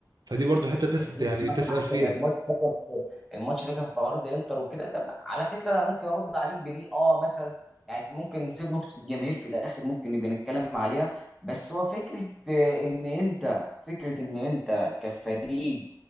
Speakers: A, on the right (about 65°); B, in the centre.
A: فدي برضو حته تس...
B: انت ممكن
A: يعني
B: مثلا
A: تسأل فيها
B: عشان الماتش الماتش ده كان في ارض انتر وكده طب على فكره انا ممكن ارد عليك بدي اه مثلا يعني ممكن نسيب نقطه الجماهير في الاخر ممكن نبقى نتكلم عليها بس هو فكره آه، ان انت فكره ان انت كفريق